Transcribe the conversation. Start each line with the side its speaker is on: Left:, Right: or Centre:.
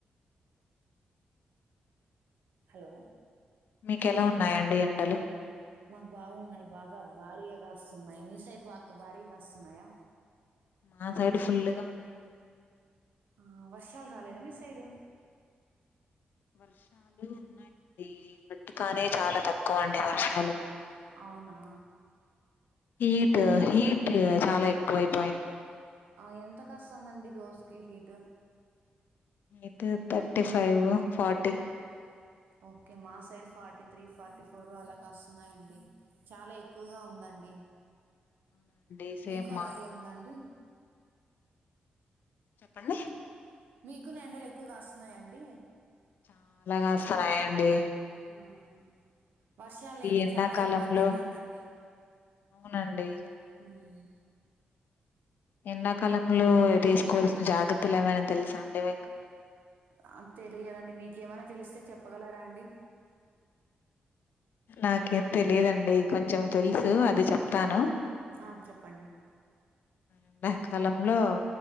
Right: హలో
Left: మీకు ఎలా ఉన్నాయండి ఎండలు
Right: మాకు బాగున్నాయి బాగా భారీగా కాస్తున్నాయి మీ సైడ్ భాక్ భారీగా కాస్తున్నాయా
Left: మా సైడ్ ఫుల్లుగా ఉన్నాయి
Right: ఆ వర్షాలు రాలేదా మీ సైడు
Left: వర్షాలు ఉన్నాయండి <unintelligible> కాని చాలా తక్కువ అండి వర్షాలు
Right: అవునా
Left: హీట్ హీట్ చాలా ఎక్కువ అయిపోయింది
Right: ఆ ఎంత కాస్తదండి రోజుకి హీటు
Left: ఇటు తర్టీ ఫైవ్ ఫార్టీ
Right: ఓకే మా side forty three, forty four అలాగా కాస్తున్నాయండీ చాలా ఎక్కువగా ఉందండి.
Left: అవునండి సేమ్
Right: మీకు అలాగే
Left: మా
Right: ఉందా అండి
Left: చెప్పండి
Right: మీకున ఎండలు ఎక్కువ కాస్తున్నాయా అండి.
Left: చాలా కాస్తన్నాయండీ
Right: ఆ, వర్షాలు లేక
Left: ఎండాకాలంలో
Right: చాలా ఇబ్బంది అయితాందండి
Left: అవునండి
Right: హ్మ్
Left: ఎండాకాలంలో తీసుకోవాల్సిన జాగ్రత్తలు ఏవైనా తెలుసా అండి మీ
Right: ఆ తెలియదండి మీకేమైనా తెలిస్తే చెప్పగలరా అండి.
Left: నాకేం తెలిదండి కొంచెం తెలుసు అది చెప్తాను.
Right: ఆ చెప్పండి
Left: ఎండాకాలంలో హలో